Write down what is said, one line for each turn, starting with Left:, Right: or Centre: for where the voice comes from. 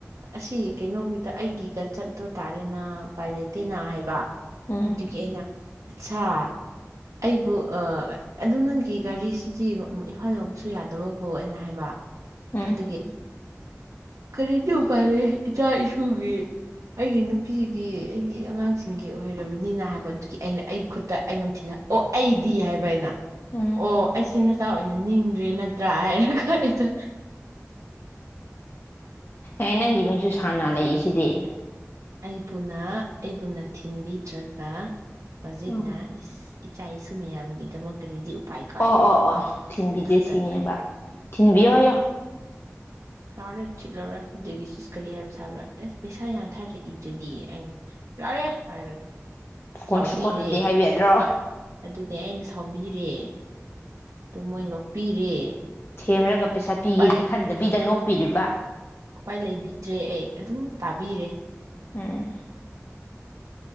Right: ꯑꯁꯤ ꯀꯩꯅꯣꯒꯤꯗ ꯑꯩꯒꯤꯒ ꯆꯠ ꯇꯥꯔꯦꯅ ꯎꯄꯥꯏ ꯂꯩꯇꯦꯅ ꯍꯥꯏꯕ
Left: ꯎꯝ
Right: ꯑꯗꯨꯒꯤ ꯑꯩꯅ ꯑꯠꯁꯥ ꯑꯩꯕꯨ ꯑ ꯑꯗꯨ ꯅꯪꯒꯤ ꯒꯥꯔꯤꯁꯤꯗꯤ ꯏꯝꯐꯥꯜ ꯌꯧꯕꯁꯨ ꯌꯥꯗꯕꯕꯨ ꯑꯩꯅ ꯍꯥꯏꯕ
Left: ꯎꯝ
Right: ꯑꯗꯨꯒꯤ ꯀꯔꯤꯗꯤ ꯎꯄꯥꯏ ꯂꯩ ꯏꯆꯥ ꯏꯁꯨꯒꯤ ꯑꯩꯒꯤ ꯅꯨꯄꯤꯒꯤ ꯑꯩꯒꯤ ꯑꯉꯥꯡꯁꯤꯡꯒꯤ ꯑꯣꯏꯔꯕꯅꯤꯅ ꯍꯥꯏꯕ ꯑꯗꯨꯒꯤ ꯑꯩꯅ ꯑꯩ ꯈꯨꯠꯇ ꯑꯩꯉꯣꯟ ꯊꯤꯜꯂꯛ ꯑꯣ ꯑꯩꯗꯤ ꯍꯥꯏꯕ ꯑꯩꯅ
Left: ꯎꯝ
Right: ꯑꯣ ꯑꯩꯁꯤꯅ ꯇꯥ ꯑꯣꯏꯅ ꯅꯤꯡꯗ꯭ꯔꯦ ꯅꯠꯇ꯭ꯔꯥ ꯍꯥꯏꯔꯒ ꯑꯩꯗ
Left: ꯑꯦ ꯅꯪꯒꯤ ꯃꯤꯡꯁꯨ ꯁꯥꯟꯅ ꯂꯩꯏꯁꯤꯗꯤ
Right: ꯑꯩꯕꯨꯅ ꯑꯩꯕꯨꯅ ꯊꯤꯟꯕꯤꯗ꯭ꯔꯒ ꯍꯧꯖꯤꯛꯅ
Left: ꯑꯣ
Right: ꯏꯁ ꯏꯆꯥ ꯏꯁꯨ ꯃꯌꯥꯝꯒꯤꯗꯃꯛ ꯀꯔꯤꯗꯤ ꯎꯄꯥꯏ ꯀꯥꯏꯅ
Left: ꯑꯣ ꯑꯣ ꯑꯣ ꯐꯤꯟꯕꯤꯗꯦꯁꯤꯅꯦꯕ
Right: ꯐꯨꯗꯠꯀꯅꯤ
Left: ꯊꯤꯟꯕꯤꯌꯨ ꯍꯥꯏꯌꯣ
Right: ꯌꯥꯎꯔꯦ ꯊꯤꯠꯂꯔꯣꯏ ꯑꯗꯨꯒꯤ ꯆꯤꯁ ꯀꯔꯤ ꯍꯥꯏꯕ ꯊꯥꯕꯥ ꯑꯁ ꯄꯩꯁꯥ ꯌꯥꯝ ꯊꯥꯔꯛꯏꯗꯨꯗꯤ ꯑꯩꯅ ꯌꯥꯔꯦ ꯍꯥꯏꯔꯒ ꯁꯥꯎꯕꯤꯔꯦ
Left: ꯀꯣꯟꯁꯨ ꯀꯣꯟꯅꯗꯦ ꯍꯥꯏꯕꯤ ꯌꯥꯗ꯭ꯔꯣ
Right: ꯑꯗꯨꯅꯦ ꯑꯩꯅ ꯁꯥꯎꯕꯤꯔꯦ ꯑꯗꯨ ꯃꯣꯏ ꯅꯣꯛꯄꯤꯔꯦ
Left: ꯀꯦꯃꯦꯒ ꯄꯩꯁꯥ ꯄꯤꯒꯦꯗꯤ
Right: ꯎꯄꯥꯏ
Left: ꯈꯟꯗꯕꯤꯗꯅꯣ ꯄꯤꯔꯤꯕ
Right: ꯎꯄꯥꯏ ꯂꯩꯕꯤꯗ꯭ꯔꯦ ꯑꯩ ꯑꯗꯨꯝ ꯇꯥꯕꯤꯔꯦ
Left: ꯎꯝ